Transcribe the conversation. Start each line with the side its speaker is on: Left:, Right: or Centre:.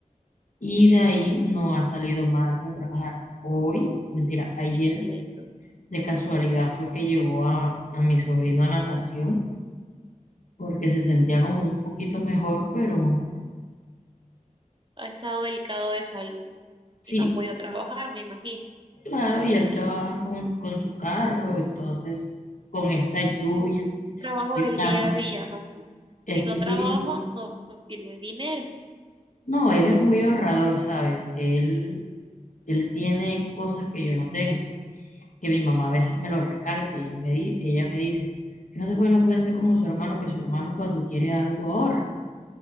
Left: Y de ahí no ha salido más a trabajar. Hoy, mentira, ayer
Right: Entiendo.
Left: de casualidad fue que llevó a, a mi sobrino a natación porque se sentía como un poquito mejor, pero
Right: Ha estado delicado de salud
Left: sí,
Right: y no ha podido trabajar, me imagino.
Left: claro, y él trabaja con, con su carro, entonces con esta lluvia,
Right: Es un trabajo
Left: y
Right: del
Left: tan-
Right: día a día, ¿no?
Left: esta
Right: Si no
Left: lluvia,
Right: trabajo, no tiene dinero.
Left: no, él es muy ahorrador, ¿sabes? Él, él tiene cosas que yo no tengo. que mi mamá a veces me lo recalca y, él me di- ella me dice, yo no sé por qué no pueden ser como su hermano, que su hermano cuando quiere algo ahorra.